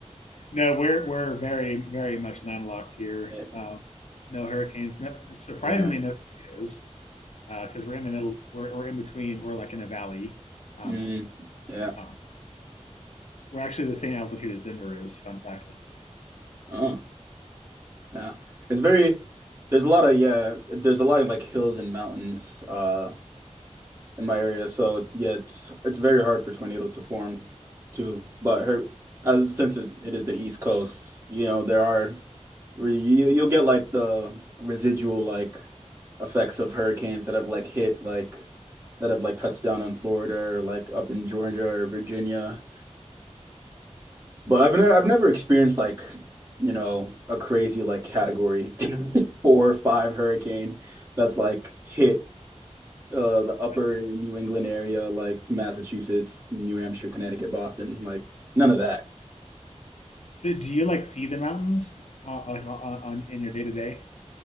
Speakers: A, on the left (about 65°); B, on the right (about 20°).
A: no, we're we're very very much landlocked here.
B: Yeah.
A: Um, no hurricanes. No, surprisingly,
B: Yeah.
A: no tornadoes because we're in the middle. We're, we're in between. We're like in a valley um,
B: Mm, yeah.
A: on a mountain We're actually the same altitude as Denver is. Fun fact.
B: Oh. Yeah. It's very there's a lot of yeah, there's a lot of like hills and mountains uh in my area, so it's yeah, it's it's very hard for tornadoes to form too. But her as since it, it is the East Coast, you know, there are re- you, you'll get like the residual like effects of hurricanes that have like hit like that have like touched down on Florida or like up in Georgia or Virginia. But I've never
A: Wow,
B: I've never experienced like, you know, a crazy like category <laughs> four or five hurricane that's like hit uh the upper
A: that's good.
B: New England area, like Massachusetts, New Hampshire, Connecticut, Boston, like
A: Hmm.
B: none of that.
A: So, do you like see the mountains uh, on, on, on in your day to day?